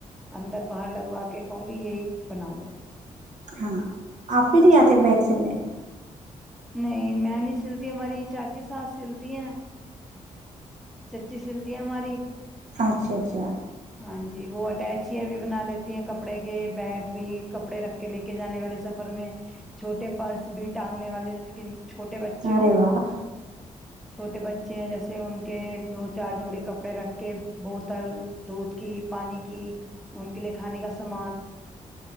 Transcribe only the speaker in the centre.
اندر باہر لگوا کے کہوں گی یہی بنا دو
نہیں میں نہیں سلتی ہماری چاچی ساتھ سلتی ہیں چچی سلٹیاں ماری
ہاں جی وہ اٹیچیاں بھی بنا لیتی ہیں کپڑے کے بیگ بھی کپڑے رکھ کے لے کے جانے والے سفر میں چھوٹے پرس بھی ٹانگنے والے لیکن چھوٹے بچے
ہوں
چھوٹے بچے ہیں جیسے ان کے دو چار جوڑی کپڑے رکھ کے بوتل دودھ کی پانی کی ان کے لیے کھانے کا سامان